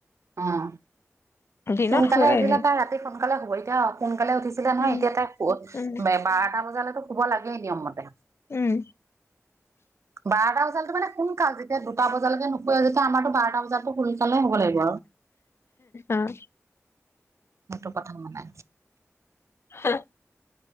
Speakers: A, on the right; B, on the left.
A: অঁ।
B: দিনত
A: সোনকালে
B: শুৱাই
A: উঠিলে
B: এনেই।
A: তাই ৰাতি সোনকালে শুবই। কিয় কোন সোনকালে উঠিছিলে নহয়
B: উম,
A: এতিয়া তাই শু
B: উম,
A: এ বাৰটা বজালেকে শুব লাগেই নিয়ম মতে।
B: উম,
A: বাৰটা বজালেটো মানে সোনকাল যেতিয়া দু টা বজালেকে নুশুৱে যেতিয়া আমাৰটো বাৰটা বজাত সোনকালেই শুব লাগিব।
B: অ
A: সেইটো কথা মানে।
B: হা।